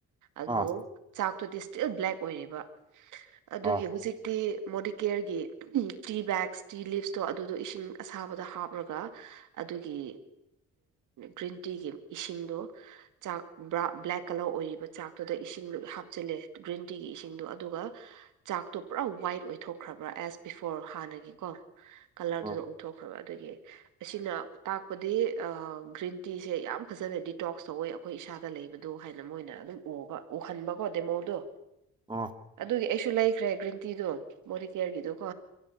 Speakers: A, on the right; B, on the right.
A: ꯑꯗꯨꯕꯨ
B: ꯑꯥ
A: ꯆꯥꯛꯇꯨꯗꯤ ꯁ꯭ꯇꯤꯜ ꯕ꯭ꯂꯦꯛ ꯑꯣꯏꯔꯤꯕ ꯑꯗꯨꯒꯤ
B: ꯑꯥ
A: ꯍꯨꯖꯤꯛ ꯇꯤ ꯃꯣꯗꯤꯀꯦꯌꯔꯒꯤ ꯇꯤ ꯕꯦꯛꯁ ꯇꯤ ꯂꯤꯞꯁꯇꯨ ꯑꯗꯨꯗꯣ ꯏꯁꯤꯡ ꯑꯁꯥꯕꯗ ꯍꯥꯞꯔꯒ ꯑꯗꯨꯒꯤ ꯒ꯭ꯔꯤꯟ ꯇꯤꯒꯤ ꯏꯁꯤꯡꯗꯨ ꯆꯥꯛ ꯕ꯭ꯂꯦꯛ ꯀꯂꯔ ꯑꯣꯏꯔꯤꯕ ꯆꯥꯛꯇꯨꯗ ꯏꯁꯤꯡꯗꯨ ꯍꯥꯞꯆꯤꯜꯂꯦ ꯒ꯭ꯔꯤꯟ ꯇꯤꯒꯤ ꯏꯁꯤꯡꯗꯨ ꯑꯗꯨꯒ ꯆꯥꯛꯇꯣ ꯄꯨꯔꯥ ꯋꯥꯏꯠ ꯑꯣꯏꯊꯣꯛꯈ꯭ꯔꯕ꯭ꯔꯥ ꯑꯦꯁ ꯕꯤꯐꯣꯔ ꯍꯥꯟꯅꯒꯤ ꯀꯣ ꯀꯂꯔꯗꯨꯗ
B: ꯑꯥ
A: ꯑꯣꯟꯊꯣꯛꯈ꯭ꯔꯕ ꯑꯗꯨꯒꯤ ꯑꯁꯤꯅ ꯇꯥꯛꯄꯗꯤ ꯑꯥ ꯒ꯭ꯔꯤꯟ ꯇꯤꯁꯦ ꯌꯥꯝ ꯐꯖꯅ ꯗꯤꯇꯣꯛꯁ ꯇꯧꯋꯦ ꯑꯩꯈꯣꯏ ꯏꯁꯥꯗ ꯂꯩꯕꯗꯨ ꯍꯥꯏꯅ ꯃꯣꯏꯅ ꯑꯗꯨꯝ ꯎꯕ ꯎꯍꯟꯕꯀꯣ ꯗꯦꯃꯣꯗꯣ
B: ꯑꯣ
A: ꯑꯗꯨꯒꯤ ꯑꯩꯁꯨ ꯂꯩꯈ꯭ꯔꯦ ꯒ꯭ꯔꯤꯟ ꯇꯤꯗꯨ ꯃꯣꯗꯤꯀꯌꯔꯒꯤꯗꯣꯀꯣ